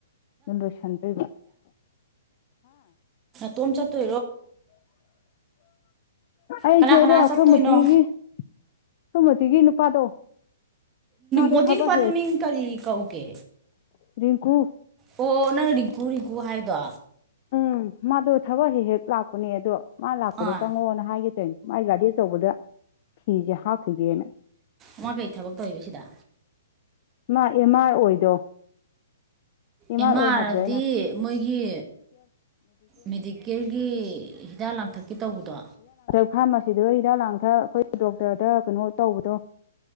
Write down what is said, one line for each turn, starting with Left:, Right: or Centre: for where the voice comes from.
Left: ꯅ ꯔꯣꯁꯟꯕ
Right: ꯇꯣꯝ ꯆ ꯇ
Left: ꯑꯩꯁꯦ
Right: ꯀꯅꯥ ꯀꯅꯥ
Left: ꯍꯣꯔꯦꯟ ꯑꯩꯈꯣꯏ
Right: ꯆꯠꯇꯣꯏꯅꯣ
Left: ꯃꯇꯤꯒꯤ ꯑꯩꯈꯣꯏ ꯃꯇꯤꯒꯤ ꯅꯨꯄꯥꯗꯣ ꯃꯥꯗꯣ
Right: ꯃꯣꯇꯅ
Left: ꯊꯕꯛ
Right: ꯄꯥꯗ ꯃꯤ ꯀꯔꯤ ꯀꯧ ꯀꯦ
Left: ꯔꯤꯤꯡꯀꯨ
Right: ꯑꯣ ꯅꯪ ꯔꯤꯡꯀꯨ ꯔꯤꯡꯒꯨ ꯍꯥꯏꯗꯣ
Left: ꯎꯝ ꯃꯥꯗꯣ ꯊꯕꯛ ꯍꯦꯛ ꯍꯦꯛ ꯂꯥꯛꯄꯅꯦ ꯑꯗꯣ ꯃꯥ ꯂꯥꯛꯄꯗ
Right: ꯑꯥ
Left: ꯆꯪꯉꯣꯅ ꯍꯥꯏꯒꯦ ꯩꯅ ꯃꯥꯏ ꯒꯥꯗꯦ ꯑꯆꯧꯕꯗ ꯐꯤꯁꯦ ꯍꯥꯞꯈꯤꯒꯦꯅ
Right: ꯃꯥ ꯀꯩ ꯊꯕꯛ ꯇꯧ ꯁꯤꯗ
Left: ꯃꯥ ꯑꯦꯝ ꯑꯥꯔ ꯑꯣꯏꯗꯣ
Right: ꯑꯦꯝ
Left: ꯑꯥꯔ ꯑꯣꯏ
Right: ꯑꯥꯥꯔꯗꯤ
Left: ꯍꯥꯏꯕꯗꯣ ꯑꯩꯅ
Right: ꯃꯣꯏꯒꯤ ꯃꯦꯗꯤꯀꯦꯜꯒꯤ ꯍꯤꯗꯥꯛ ꯂꯥꯡꯊꯛꯀꯤ ꯇꯧꯕꯗꯣ
Left: ꯐꯥꯔꯃꯥꯁꯤꯗꯨ ꯍꯤꯗꯥꯛ ꯂꯥꯡꯊꯛ ꯑꯩꯈꯣꯏ ꯗꯣꯛꯇꯔꯗ ꯀꯩꯅꯣ ꯇꯧꯕꯗꯣ